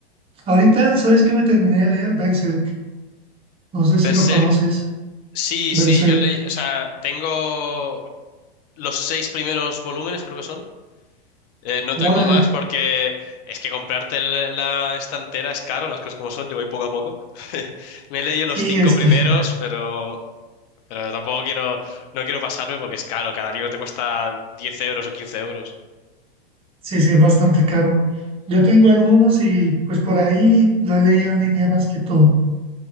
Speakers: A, on the right; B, on the left.
A: Ahorita, ¿sabes qué me terminé de leer? Berserk. No sé
B: Berserk,
A: si lo conoces.
B: sí,
A: Berserk.
B: sí, yo leí, o sea, tengo los seis primeros volúmenes, creo que son. Eh, no
A: Órale.
B: tengo más porque es que comprarte el- la estantera es caro, las cosas como son, yo voy poco a poco. <laughs> Me he leído
A: Sí,
B: los cinco
A: es
B: primeros,
A: que sí,
B: pero, pero tampoco quiero, no quiero pasarme porque es caro, cada libro te cuesta 10 euros o 15 euros.
A: sí, sí, es bastante caro. Yo tengo algunos y pues por ahí lo he leído en línea más que todo.